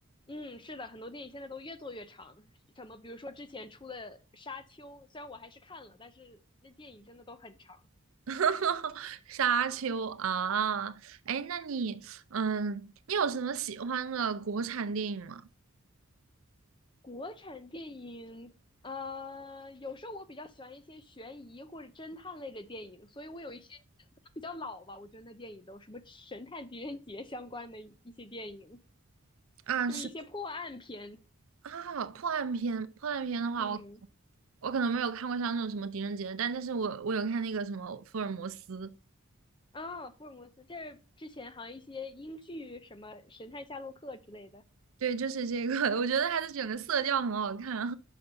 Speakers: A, on the left; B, on the right.
A: 嗯，是的，很多电影现在都越做越长，什么比如说之前出的《沙丘》，虽然我还是看了，但是那电影真的都很长。
B: <laughs> 哈哈，沙丘啊，哎，那你，嗯，你有什么喜欢的国产电影吗？
A: 国产电影，呃，有时候我比较喜欢一些悬疑或者侦探类的电影，所以我有一些可能比较老吧，我觉得那电影都什么《神探狄仁杰》相关的一些电影，
B: 啊，
A: 就是一些破案片。
B: 是啊，破案片，破案片的话，
A: 嗯，
B: 我我可能没有看过像那种什么《狄仁杰》，但但是我我有看那个什么《福尔摩斯》，
A: 啊，福尔摩斯，这之前好像一些英剧，什么《神探夏洛克》之类的。
B: 对，就是这个，<laughs> 我觉得它的整个色调很好看。